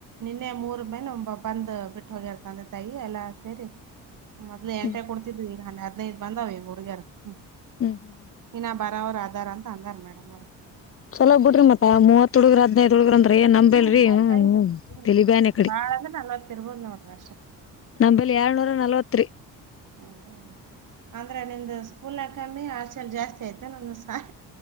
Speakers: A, on the right (about 60°); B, on the left (about 40°).
A: ನಿನ್ನೆ ಮೂರ್ ಮೇನ್ ಒ ಬಂದ್ ಬಿಟ್ಟ ಹೋಗಿರ್ತಂದೆ ತಾಯಿ ಎಲ್ಲ ಸೇರಿ ಮೊದ್ಲು ಎಂಟ
B: ಹ್ಮ್
A: ಕೊಡ್ತಿದ್ವಿ ಈಗ ಹನ್ನ ಹದ್ದು ಬಂದಾವ ಈಗ ಹುಡ್ಗ್ಯರ್ ಹ್ಮ್
B: ಹ್ಮ್
A: ಇನ್ನ ಬರವ್ರ ಆಧಾರ್ ಅಂತ ಅಧಾರ ಮೇಡಮ್ ಅವರು
B: ಚಲೋ ಬಿಡಿ ಮತ್ತತ್ ಮೂವತ್ ಹಡುಗ್ರ ತೊಳಗ್ರಂದ್ರ ಏ ನಂಬಲ್ರರಿ
A: ಹ್ಮ್ ಮೂವತ್ತೈದ್
B: ಹ
A: ಹ್ಮ್
B: ತಲಿಬಾನ ಕಡೆ
A: ಬಾಳ ಅಂದ್ರ ನಲ್ವತ್ತ್ ಇರ್ಬೋದ್ ನೋಡ್ರಿ ಅಷ್ಟೇ
B: ನಂಬಲ್ಲಿ ಎಡ್ನೂರ ನಲ್ವತ್ರಿ
A: ಅಯೋ ಅಂದ್ರೆ ನಿಮ್ದು ಸ್ಕೂಲ್ ಕಮ್ಮಿ ಆಚಲ್ ಜಾಸ್ತಿ ಆಯ್ತು ನಮ್ದಾಲ